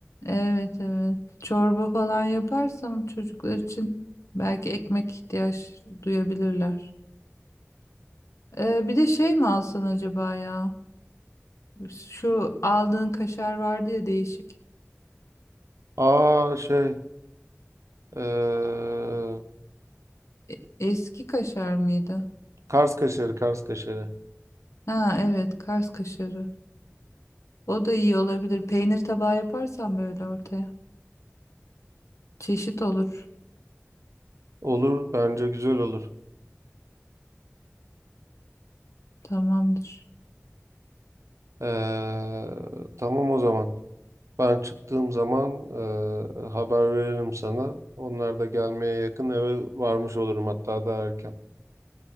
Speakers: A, on the left; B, on the right.
A: Evet evet. Çorba falan yaparsam çocuklar için belki ekmek ihtiyaç duyabilirler. Ee, bir de şey mi alsan acaba ya? Şu aldığın kaşar vardı ya değişik.
B: Aa şey ee,
A: E- eski kaşar mıydı?
B: Kars kaşarı, Kars kaşarı.
A: Ha evet Kars kaşarı. O da iyi olabilir. Peynir tabağı yaparsan böyle ortaya. Çeşit olur.
B: Olur, bence güzel olur.
A: Tamamdır.
B: Ee, tamam o zaman. Ben çıktığım zaman e, haber veririm sana. Onlar da gelmeye yakın eve varmış olurum hatta daha erken.